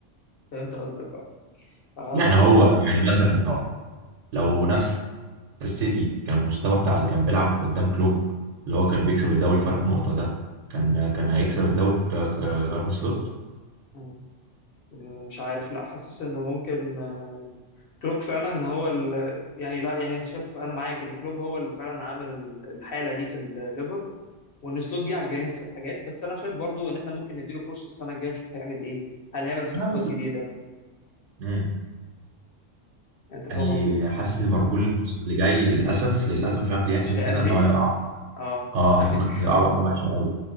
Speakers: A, on the left; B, on the right.
A: فهمت قصدك اه آه،
B: يعني
A: معاك
B: هو يعني مثلا هو لو نفس السيتي كان المستوى بتاع اللي كان بيلعب قدام كلوب اللي هو كان بيكسب الدوري فرق نقطة ده كان
A: مم،
B: كان هيكسب الدوري ك- ك- ارن سلوت
A: مم. مش عارف لا حاسس انه ممكن آه، كلوب فعلا هو ال... يعني لا يعني انت شايف انا معاك ان كلوب هو اللي فعلا عامل ال- الحاله دي في الليفر وان سلوت جه على الجاهز خد حاجات بس انا شايف برضو ان احنا ممكن نديله فرصه السنه الجايه نشوف هيعمل ايه هل هيعمل صفقات
B: اه بس
A: جديده
B: مم.
A: يعني انت
B: يعني
A: فاهم قصدي
B: حاسس ليفربول الموسم اللي جاي للاسف للاسف مش عارف ليه احساسي
A: مش هيأدي
B: كده ان هو يقع
A: اه
B: اه
A: <laughs>
B: هيقع هيقع وقعة وحشه قوي